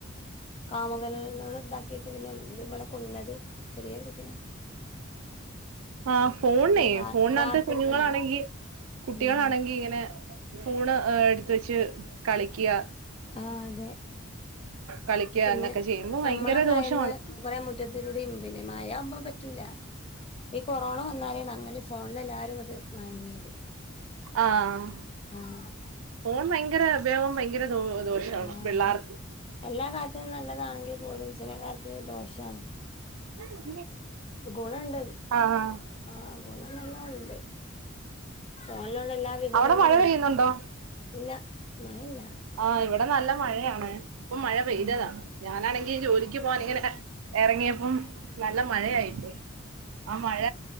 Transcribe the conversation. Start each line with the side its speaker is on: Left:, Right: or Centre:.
Left: കാമുകനനോട് ഇണ്ടാക്കീട്ട്പിന്നെ ഇന്നമ്മളെ കൊന്നത് ചെറിയോരു കുട്ടീനെ
Right: ആ ഫോണ്ണേ
Left: ഒരു വാർ
Right: ഫോണിനാത്ത്
Left: വാർത്തയിൽ
Right: കുഞ്ഞുങ്ങളാണെങ്കി
Left: കണ്ടതാ
Right: കുട്ടികളാണെങ്കിങ്ങനെ
Left: ഉം
Right: ഫൂണ് എടുത്ത് വെച്ച് കളിക്ക
Left: ആഹ് അതെ
Right: കളിക്കുക
Left: പിന്നെ
Right: എന്നൊക്കെ ചെയ്യുമ്പോ ഭയങ്കര
Left: നമ്മളൊക്കെയായന്ന്
Right: ദോഷമാണ്
Left: കൊറെ മുറ്റത്തിലൂടെയും പിന്നെ മഴയമ്പൊ പറ്റൂല ഈ കൊറോണ വന്നാലേന്ന് അങ്ങനെ ഫോണിൽ എല്ലാരും ഇങ്ങട്ട് മയങ്ങിയത്
Right: ആഹ്
Left: ആഹ്
Right: ഫോൺ ഭയങ്ക- ഭങ്കര ബഹളോം ഭയങ്കര ദോ ദോഷമാണ്
Left: ആഹ്
Right: പിള്ളേർക്ക്
Left: അതെ എല്ലാ കാര്യത്തിനും നല്ലതാണെങ്കിപോലും ചിലകാര്യത്തിന് ദോഷാണ്
Right: <inaudible>
Left: ഗുണോണ്ട്
Right: ആഹ് ആഹ്
Left: ആഹ് ഗുണം നന്നൊ ഒണ്ട് ആഹ് പിന്നെലൊള്ള എല്ലാ വിവരങ്ങളും
Right: അവിടെ മഴ പെയ്യുന്നുണ്ടോ
Left: ഇല്ല മഴ ഇല്ല
Right: ആ ഇവിടെ നല്ല മഴയാണെ ഇപ്പം മഴ പെയ്തതണ്
Left: ആഹ്
Right: ഞാനാണെങ്കി- ജോലിക്ക് പോവാനിങ്ങനെ എറങ്ങിയ- ഇപ്പം നല്ല മഴയായിപ്പോയി ആഹ് മഴ